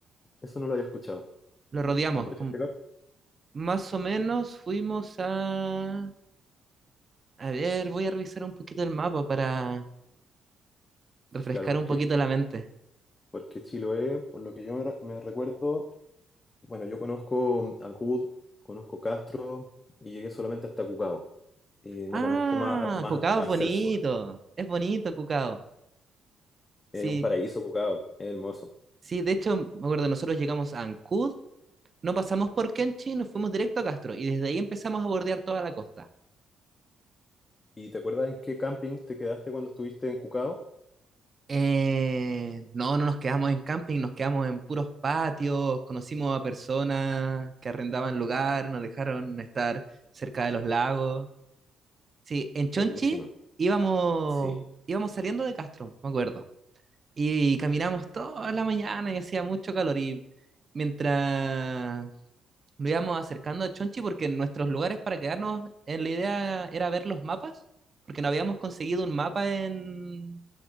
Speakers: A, on the left; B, on the right.
A: Eso no lo había escuchado.
B: Lo rodeamos,
A: ¿Me podría
B: com-
A: explicar?
B: más o menos fuimos a... A ver, voy a revisar un poquito el mapa para refrescar
A: Claro, porque,
B: un poquito la mente.
A: porque Chiloé, por lo que yo me, re- me recuerdo, bueno, yo conozco Ancud, conozco Castro y llegué solamente hasta Cucao. Y no
B: Ah,
A: conozco más, más
B: Cucao
A: hacia
B: es bonito,
A: el sur.
B: es bonito Cucao. Sí,
A: Es un paraíso Cucao, es hermoso.
B: sí, de hecho, me acuerdo, nosotros llegamos a Ancud no pasamos por Kenchi, nos fuimos directo a Castro y desde ahí empezamos a bordear toda la costa.
A: ¿Y te acuerdas en qué camping te quedaste cuando estuviste en Cucao?
B: Eh, no, no nos quedamos en camping, nos quedamos en puros patios, conocimos a personas que arrendaban lugar, nos dejaron estar cerca de los lagos. Sí, en Chonchi
A: Buenísimo,
B: íbamos,
A: sí,
B: íbamos saliendo de Castro, me acuerdo, y caminamos toda la mañana y hacía mucho calor y mientras nos íbamos acercando a Chonchi porque nuestros lugares para quedarnos, eh, la idea era ver los mapas, porque no habíamos conseguido un mapa en,